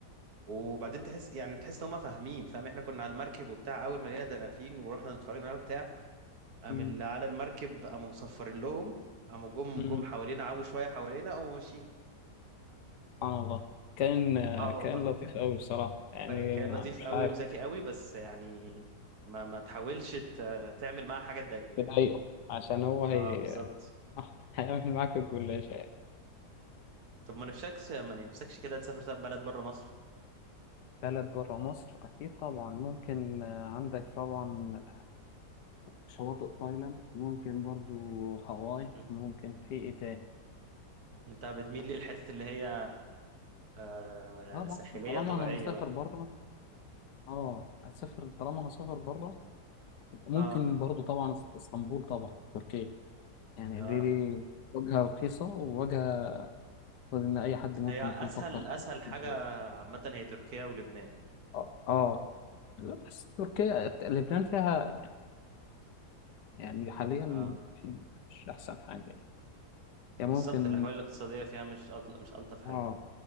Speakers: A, on the right; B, on the left.
A: وبعدين تحس يعني تحس ان هم فاهمين فاهم احنا كنا على المركب وبتاع اول ما لقينا دلافين ورحنا اتفرجنا عليها وبتاع قام
B: مم.
A: اللي على المركب قاموا مصفرين لهم قاموا جم
B: مم.
A: جم حوالينا عموا شوية حوالينا قاموا ماشيين
B: سبحان الله كائن آه،
A: اه
B: كائن
A: والله
B: لطيف قوي بصراحة يعني
A: كان كان لطيف
B: مش
A: قوي
B: عارف
A: وذكي قوي بس يعني ما ما تحاولش ت- تعمل معاه حاجة تضايقه
B: بضايقه
A: يعني
B: عشان هو هي
A: اه بالظبط
B: <laughs> هيعمل معاك الجلاش
A: طب ما نفسكش ما نفسكش كده تسافر طب بلد بره مصر
B: بلد برا مصر أكيد طبعا ممكن آه، عندك طبعا شواطئ تايلاند ممكن برضو هاواي
A: مم.
B: ممكن في إيه تاني
A: انت بتميل للحتت اللي هي آه،
B: طبعا
A: ساحلية
B: طالما
A: طبيعية
B: أنا مسافر
A: بقى
B: برا اه هسافر طالما أنا هسافر برا ممكن
A: اه
B: برضو طبعا إس- اسطنبول طبعا تركيا يعني
A: اه
B: دي, دي وجهة رخيصة ووجهة أعتقد إن أي حد ممكن
A: هي اسهل
B: يكون فكر
A: اسهل حاجة
B: فيها.
A: عامة هي تركيا ولبنان
B: اه آه. لا، بس تركيا لبنان فيها يعني يعني حاليا
A: اه
B: في مش أحسن حاجة يعني يعني
A: بالظبط
B: ممكن
A: الاحوال الاقتصادية فيها مش أطل... مش الطف حاجة
B: اه